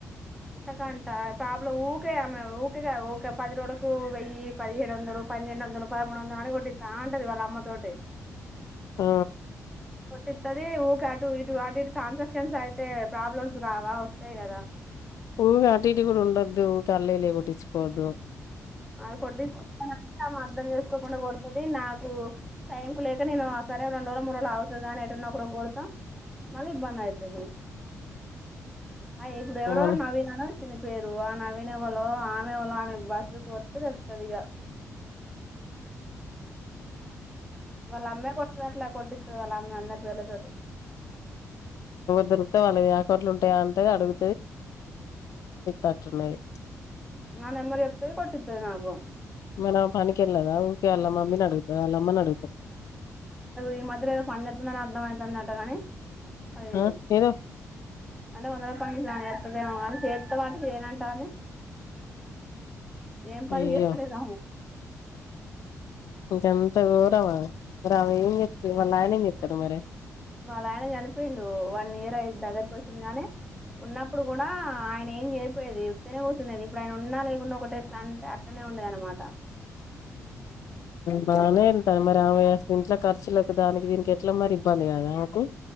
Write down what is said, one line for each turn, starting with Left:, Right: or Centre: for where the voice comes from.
Centre: అంతకంట ప్రాబ్లం ఊకేమె ఊరిగాఊ పది రోజులకు వెయ్యి పదిహేడు వందలు పన్నెండు వందలు పదమూడు వందలు అ నాకి ఒకటి తాంటది వాళ్ళ అమ్మతోటి.
Left: ఆ
Centre: కొట్టిది ఊక అటు ఇటు వాటిటు ట్రాన్సాక్షన్స్ అయితే ప్రాబ్లమ్స్ రావా వస్తాయి కదా.
Left: ఊహ అటింటి కూడా ఉండద్దు కళ్ళలే కుటిచ్చుకొవద్దు.
Centre: అ కొట్ంత అర్ధం చేసుకోకుండా ది నాకు టైం కు లేక నేను ఆ సరే రండు రోజులు మూడుజులు అవుతుంది అని ఎంటన్నా ఒకరు కోడత మళ్ళీ ఇబ్బంది అవుతుంది. అయ్ ఇప్పుడు ఎవరో
Left: మన
Centre: నవీనానో చిన్న పేరు ఆ నవీన్. <unintelligible> తెలుపూతదిగా వల్ అమ్మె కొట్టది అట్ల కొట్ది అల అమ్ అంద వేల తోటి
Left: దొరితే వాళ్ళవి ఏయా అకౌంట్ లోఉంటాయా అంటే అడుగు <unintelligible>
Centre: నన్ ఎమరి ఎప్తది కొట్టద్దే నాకు
Left: ఏమన్నా పనినికికిల్లదా ఊక అల్లా మమ్మీ నడుగుతి వాళ్ళ అమ్మని అడుగుతాద
Centre: ఈ మాది అ <unintelligible> అర్థమయందటా కానీ అదే
Left: ఆ ఏదో
Centre: అంటే వందపా ఎత్తదే కా చేర్త పాట చేయనాంటాది ఏం పనిచేస్తలేదు
Left: అయ్యో
Centre: అవు
Left: అంత ఘోరమా మరి ఆమె ఏం చేస్తది వాళ్ళ ఆయన ఏం చేస్తారు మరి.
Centre: వాళ్ళ ఆయన చనిపోయిడు వన్ ఇయర్ అయి దగ్గరకు వచ్చింది గానీ ఉన్నప్పుడు కూడా ఆయన ఏం చేరిపోయేది ఇయుతేనే కూర్చునేది ఇప్పుడు ఆయన ఉన్నా లేకుండా ఒకట ఎట్లా అంటే అతనే ఉండేది అనమాట.
Left: బానే ఇళ్తాన మరి ఆమె దీంట్ ఖర్చులకు దానికి దీనికి ఎట్లా మరి ఇబ్బంది కదా నాకు